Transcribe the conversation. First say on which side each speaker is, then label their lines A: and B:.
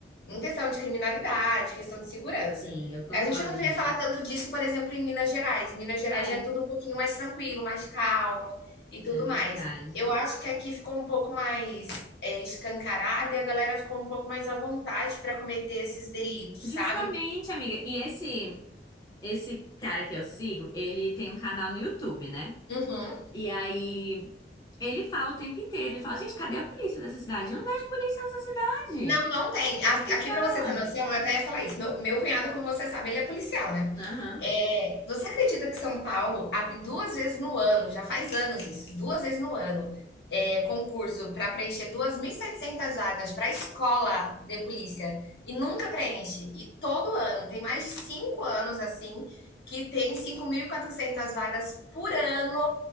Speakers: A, on the left; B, on the left.
A: em questão de criminalidade, questão de segurança.
B: Sim, eu concordo,
A: A gente não vê
B: amiga.
A: falar tanto disso, por exemplo, em Minas Gerais. Minas Gerais
B: É,
A: já é tudo um pouquinho mais tranquilo, mais calmo e tudo
B: é verdade.
A: mais. Eu acho que aqui ficou um pouco mais é, escancarado e a galera ficou um pouco mais à vontade para cometer esses delitos,
B: Justamente,
A: sabe?
B: amiga. E esse. Esse cara que eu sigo, ele tem um canal no YouTube, né?
A: Uhum.
B: E aí ele fala o tempo inteiro, ele fala, gente, cadê a polícia dessa cidade? Eu não vejo polícia nessa cidade.
A: Não, não tem. A
B: Ele
A: aqui
B: fala.
A: para você ter noção, eu até ia falar isso, meu meu cunhado, como você sabe, ele é policial, né.
B: Aham.
A: Eh, você acredita que São Paulo abre duas vezes no ano, já faz anos isso, Duas vezes no ano, eh, concurso para preencher 2.700 vagas para escola de polícia e nunca preenche? E todo ano, tem mais de 5 anos, assim, que tem 5.400 vagas por ano